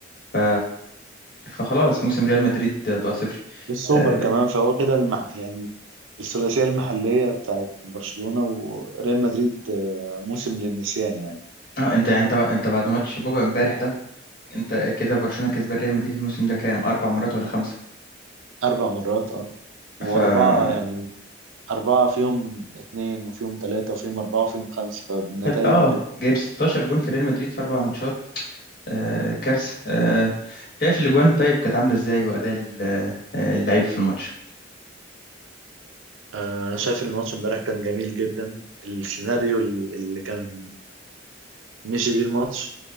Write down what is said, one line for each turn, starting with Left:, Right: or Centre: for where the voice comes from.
Left: ف... فخلاص موسم ريال مدريد بقى صفري
Right: والسوبر
Left: اه
Right: كمان فهو كده المح... يعني الثلاثية المحلية بتاعت برشلونة وريال مدريد آه، موسم للنسيان يعني
Left: آه، انت انت انت بعد ماتش بوجا امبارح ده انت كده برشلونة كسبان ريال مدريد الموسم ده كام اربع مرات ولا خمسة
Right: أربع مرات اه وأربعة
Left: فدخل
Right: يعني أربعة فيهم اتنين وفيهم تلاتة وفيهم أربعة وفيهم خمسة فالنتائج
Left: اه جايب 16 جون في ريال مدريد في اربع ماتشات آه كارثة آه شايف الاجوان طيب كانت عاملة ازاي واداء ال- آه، اللعيبة في الماتش
Right: آه، أنا شايف الماتش امبارح كان جميل جدا السيناريو اللي كان مشي بيه الماتش